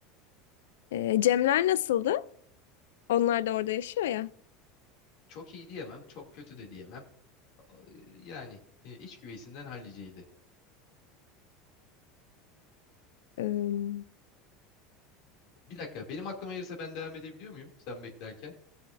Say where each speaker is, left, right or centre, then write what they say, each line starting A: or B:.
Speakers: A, on the left (about 80°); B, on the left (about 65°).
A: Ee, Cemler nasıldı? Onlar da orada yaşıyor ya.
B: Çok iyi diyemem. Çok kötü de diyemem. Ee, Yani e, iç güveysinden halliceydi.
A: Ee,
B: Bir dakika benim aklıma gelirse ben devam edebiliyor muyum sen beklerken?